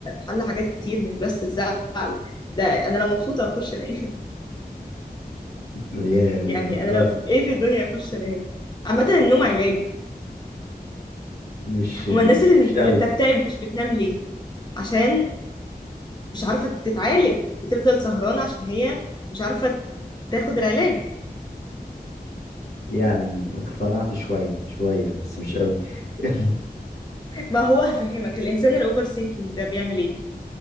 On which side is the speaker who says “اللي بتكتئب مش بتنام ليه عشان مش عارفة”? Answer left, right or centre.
Left